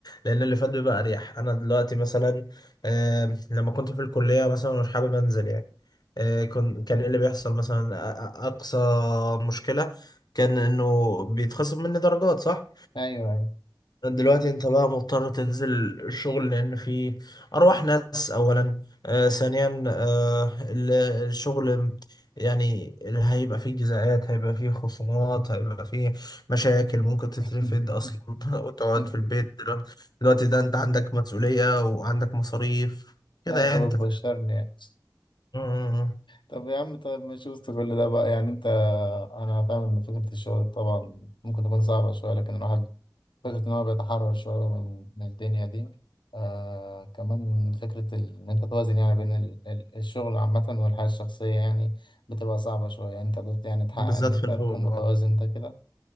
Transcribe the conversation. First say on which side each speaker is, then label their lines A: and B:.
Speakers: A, on the left (about 60°); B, on the left (about 85°).
A: لأن اللي فات بيبقى أريح أنا دلوقتي مثلا آه، لما كنت في الكلية مثلا مش حابب أنزل يعني آه، كن- كان إيه اللي بيحصل مثلا أ- أ- أقصى مشكلة كان إنه بيتخصم مني درجات صح؟
B: ايوه ايوه
A: دلوقتي انت بقى مضطر تنزل الشغل لان في ارواح ناس اولا آه ثانيا آه ال- الشغل يعني اللي هيبقى فيه جزاءات هيبقى فيه خصومات هيبقى فيه مشاكل ممكن تترفد
B: <laughs>
A: اصلا <laughs> وتقعد
B: انت
A: في البيت دلوقتي دلوقتي ده انت عندك مسؤولية وعندك مصاريف كده
B: أيوة،
A: يعني
B: طب
A: انت ف-
B: بشرني يعني
A: م- م-
B: طب يا عم طيب مش وسط كل ده بقى يعني انت انا فاهم ان فكرة الشغل طبعا ممكن تكون صعبة شوية لكن الواحد فكرة ان هو بيتحرر شوية من, من الدنيا دي آه كمان فكرة ال- ان انت توازن يعني بين ال... ال- الشغل عامة والحياة الشخصية يعني بتبقى صعبة شوية يعني انت قدرت يعني تحقق
A: م. بالذات
B: ان انت
A: في الاول
B: تكون متوازن
A: آه.
B: ده كده